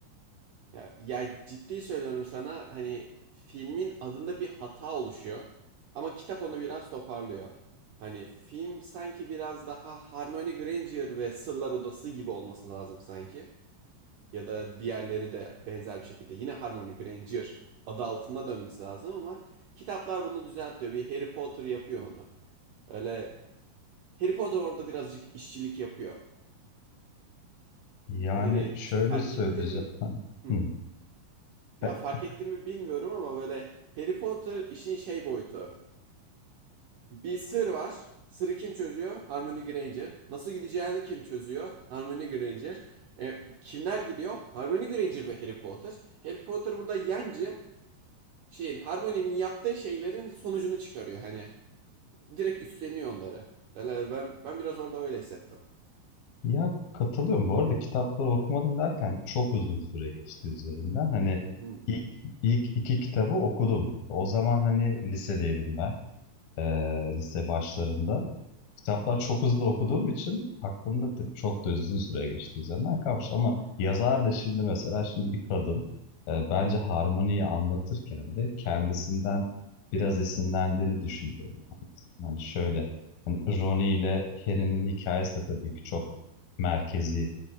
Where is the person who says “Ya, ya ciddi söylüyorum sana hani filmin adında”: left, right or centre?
Right